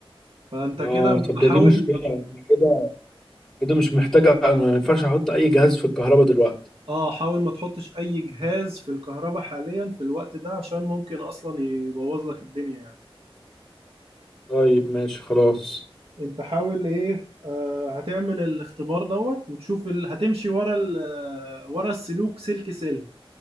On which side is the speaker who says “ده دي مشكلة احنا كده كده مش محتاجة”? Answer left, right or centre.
Centre